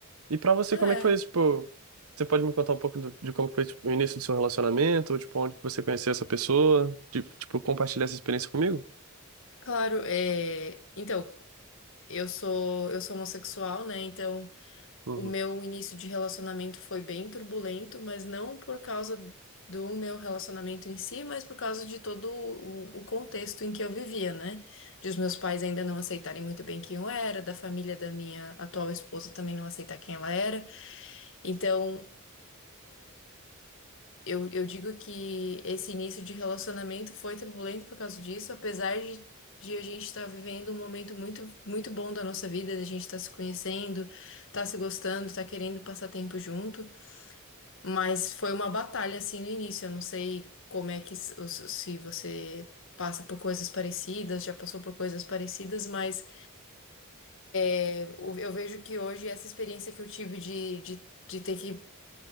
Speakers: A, on the right; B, on the left.
A: E pra você,
B: É,
A: como é que foi isso? Tipo, você pode me contar um pouco do- de como foi, tipo, o início do seu relacionamento, tipo, onde que você conheceu essa pessoa, de, tipo, compartilhar essa experiência comigo?
B: claro. é, Então, eu sou eu sou homossexual, né? Então,
A: Uhum,
B: o meu início de relacionamento foi bem turbulento, mas não por causa do meu relacionamento em si, mas por causa de todo o, o contexto em que eu vivia, né? De os meus pais ainda não aceitarem muito bem quem eu era, da família da minha atual esposa também não aceitar quem ela era. Então, Eu, eu digo que esse início de relacionamento foi turbulento por causa disso, apesar de, de a gente estar vivendo um momento muito, muito bom da nossa vida, da gente estar se conhecendo, estar se gostando, estar querendo passar tempo junto. Mas foi uma batalha assim no início. Eu não sei como é que s- os- se você passa por coisas parecidas, já passou por coisas parecidas, mas é, eu eu vejo que hoje essa experiência que eu tive de, de, de ter que